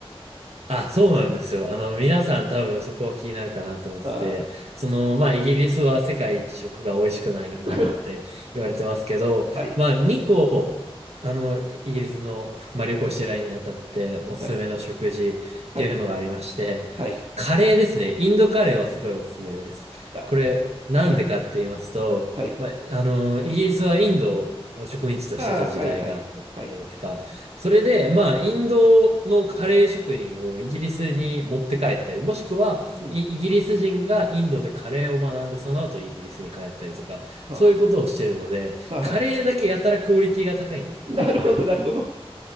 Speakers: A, on the right; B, on the right.
A: あ、そうなんですよ。あの、皆さん多分そこは気になるかなと思ってて、
B: あー
A: その、まあ、イギリスは世界一食が美味しくないんだなんて言われてますけど、
B: <laughs> はい、
A: まあ、2個、あの、イイギリスの、まあ、旅行してる間にあたっておすすめの食事っていうのがありまして、
B: はい、はい、はい、
A: カレーですね。インドカレーはすごいおすすめです。
B: あ、
A: これ、なんでかって言いますと、
B: はい、はい、
A: まあ、あの、イギリスはインドを植民地としてた時代があったじゃないですか。
B: あー、はい、はい、はい、
A: それで、まあ、インドのカレー職人をイギリスに持って帰ったり、
B: うん、
A: もしくはイ、
B: うん、
A: イギリス人がインドでカレーを学んで、その後イギリスに帰ったりとか、
B: は
A: そういうことをしてるので、
B: あ、はあ、
A: カレーだけやたらクオリティが高いんですね。
B: はあ <laughs> なるほど、なるほど。